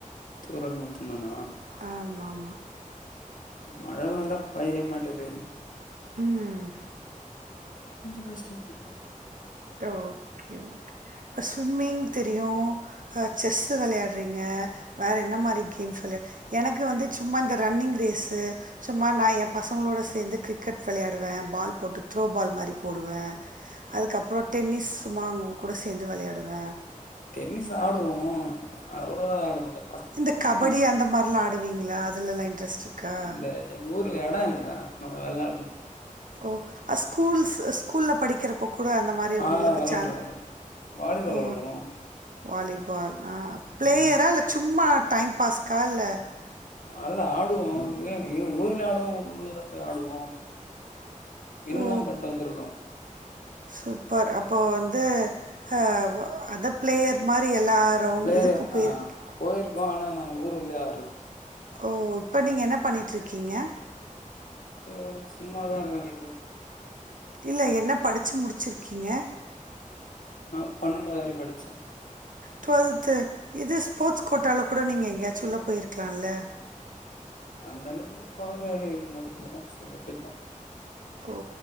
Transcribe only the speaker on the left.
தூறல் மட்டு தானா
மழ வேற பெய்ய மாட்டது
கொஞ்சோ கஷ்டமா இருக்கு
டென்னிஸ் ஆடுவோ அவ்ளோளா ஆட மாட்ட
இல்ல எங்க ஊர்ல எட இல்ல ஆனா வெளாட்ல
ஆ
வெளாண்ட்ற
வெளாண்ட்ற வாலிபால்
வெளாடுவோ
ம்
அல்ல ஆடுவோ எ ஊர்ல ஆடுவோ ஊர் ஊரா போய் ஆடுவோ வின்லா
பண்ட்டு வந்திருக்கோ
ப்ளேயர்
ஆ போயிருக்கோ ஆனா நா ஊர் உள்ள ஆடுறது
இப்ப சும்மாதா இருக்க வீட்ல
நா பன்னெண்டாவது வர படிச்ச
அந்தளவுக்கு போக முடியல செரி விட்டுட்ட